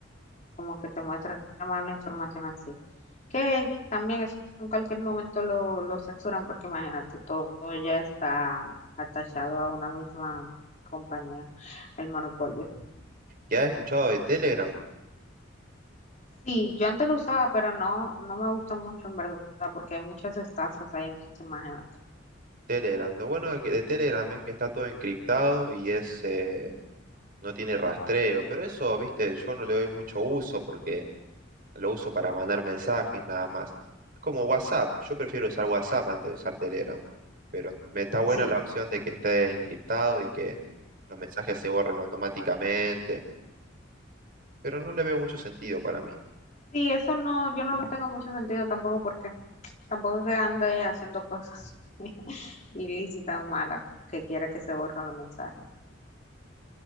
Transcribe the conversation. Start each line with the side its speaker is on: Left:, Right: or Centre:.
Left: como que te muestra más la información así. Que también es, en cualquier momento lo, lo censuran porque imagínate, todo, ya está atachado a una misma compañía, el monopolio.
Right: ¿Ya has escuchado de Telegram?
Left: Sí, yo antes lo usaba, pero no, no me gusta mucho en verdad porque hay muchas estafas ahí, entonces imagínate.
Right: Telegram. Lo bueno de, que- de Telegram es que está todo encriptado y es, eh, no tiene rastreo, pero eso, ¿viste? Yo no le doy mucho uso porque... Lo uso para mandar mensajes nada más. Es como WhatsApp. Yo prefiero usar WhatsApp antes de usar Telegram. Pero me está buena
Left: Sí,
Right: la opción de que esté encriptado y que los mensajes se borren automáticamente. Pero no le veo mucho sentido para mí.
Left: Sí, eso no, yo no lo tengo mucho sentido tampoco porque tampoco es que ande haciendo cosas <laughs> ilícitas o malas que quiera que se borren los mensajes.